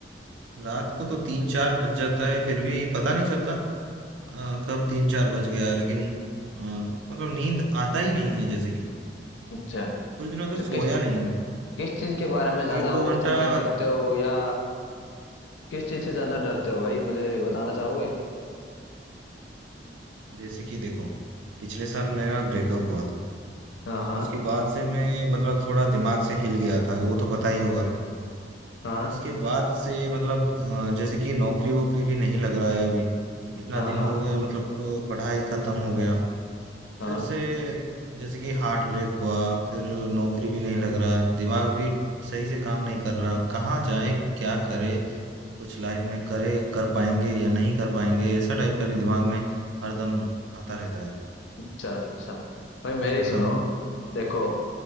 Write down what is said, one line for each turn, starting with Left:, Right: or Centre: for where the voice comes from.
Right: रात को तो तीन चार बज जाता है फिर भी पता नहीं चलता अ, कब तीन चार बज गया लेकिन अ, मतलब नींद आता ही नहीं है जैसे कि
Left: अच्छा
Right: कुछ दिनों तक
Left: तो किस
Right: सोया नहीं हूँ
Left: किस चीज के बारे में ज्यादा
Right: एक दो
Left: ओवर
Right: घंटा
Left: थिंकिंग करते हो या किस चीज से ज्यादा डरते हो भाई मुझे बताना चाहोगे
Right: जैसे कि देखो पिछले साल मेरा ब्रेकअप हुआ था
Left: हाँ हाँ
Right: उसके बाद से मैं मतलब थोड़ा दिमाग से हिल गया था वो तो पता ही होगा तुमको
Left: हाँ
Right: उसके बाद से मतलब अ, जैसे कि नौकरी वोकरी भी नहीं लग रहा है अभी इतना
Left: हाँ
Right: दिन
Left: हाँ
Right: हो गए मतलब अ, पढ़ाई खत्म हो गया
Left: हाँ
Right: फिर से जैसे कि हार्ट ब्रेक हुआ फिर नौकरी भी नहीं लग रहा दिमाग भी सही से काम नहीं कर रहा कहाँ जाए क्या करे कुछ लाइफ में करे कर पाएंगे या नहीं कर पाएंगे ऐसा टाइप का भी दिमाग में हरदम आता रहता है
Left: अच्छा अच्छा भाई
Right: आप
Left: मेरी
Right: कुछ बताओ
Left: सुनो देखो